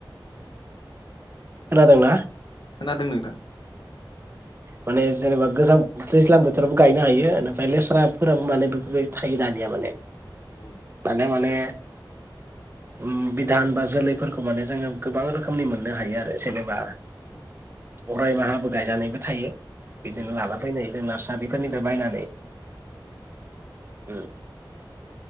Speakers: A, on the right (about 30°); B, on the left (about 70°).
A: खोनादोंंना?
B: खोनादों नोंथां।
A: माने जेनेबा गोजां दैज्लां बोथोरावबो गायनो हायो नाथाइ लेस्राफोराबो माने बेफोरबायदि थायो दानिया माने।
B: औ
A: दानिया माने उम बिधान बा जोलैफोरखौ माने जोङो गोबां रोखोमनि मोननो हायो आर जेनेबा अरायमाहाबो
B: औ
A: गायजानायबो थायो बिदिनो
B: औ
A: लाना फैनायो जों नार्स गामिफोरनिफ्राय बायनानै
B: औ।
A: ओ